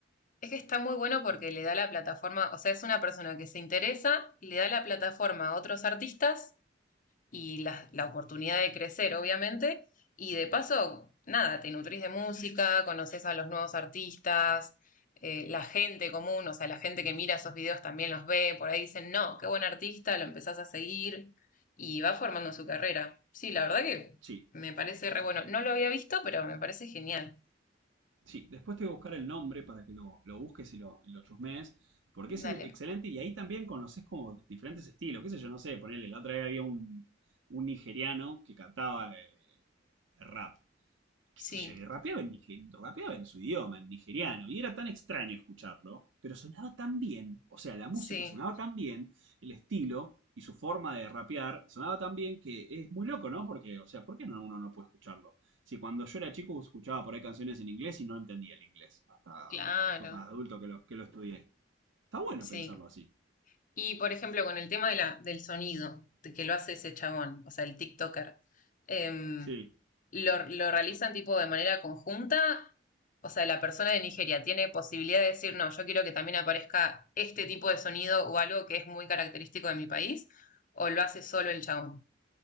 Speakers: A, on the left; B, on the right.
A: Es que está muy bueno porque le da la plataforma, o sea, es una persona que se interesa y le da la plataforma a otros artistas y la, la oportunidad de crecer, obviamente. Y de paso, nada, te nutrís de música, conoces a los nuevos artistas, eh, la gente común, o sea, la gente que mira esos videos también los ve, por ahí dicen, no, qué buen artista, lo empezás a seguir y va formando su carrera. Sí, la verdad que
B: Sí,
A: me parece re bueno. No lo había visto, pero me parece genial.
B: sí. Después te voy a buscar el nombre para que lo, lo busques y lo, y lo chusmees. Porque es
A: Dale.
B: excelente y ahí también conoces como diferentes estilos. Qué sé yo, no sé, ponele, la otra vez había un, un nigeriano que cantaba eh, rap. qué sé
A: Sí,
B: yo, y rapeaba en, nige- rapeaba en su idioma, en nigeriano, y era tan extraño escucharlo, pero sonaba tan bien, o sea, la música
A: sí,
B: sonaba tan bien, el estilo y su forma de rapear sonaba tan bien que es muy loco, ¿no? Porque, o sea, ¿por qué no, uno no puede escucharlo? Si cuando yo era chico escuchaba por ahí canciones en inglés y no entendía el inglés, hasta,
A: claro.
B: bueno, después más adulto que lo, que lo estudié. Está bueno
A: Sí.
B: pensarlo así.
A: Y por ejemplo, con el tema de la, del sonido, de que lo hace ese chabón, o sea, el TikToker, em,
B: Sí.
A: ¿lo, lo realizan tipo de manera conjunta? O sea, la persona de Nigeria tiene posibilidad de decir, no, yo quiero que también aparezca este tipo de sonido o algo que es muy característico de mi país, o lo hace solo el chabón.